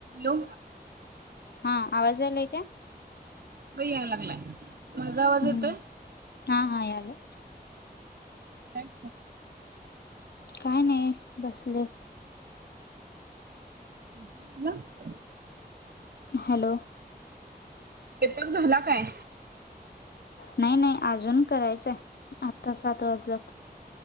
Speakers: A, on the right; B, on the left.
A: हॅलो
B: हा आवाजलाय का
A: ब याय लागलाय माझझा आवाज
B: हम्म
A: येत
B: हा हा यायलाय.
A: काय
B: काय नाही बसले
A: <unintelligible>
B: हॅलो.
A: ते पण झाला काय?
B: नाही नाही अजून करायचंय आत्ता सात वाजला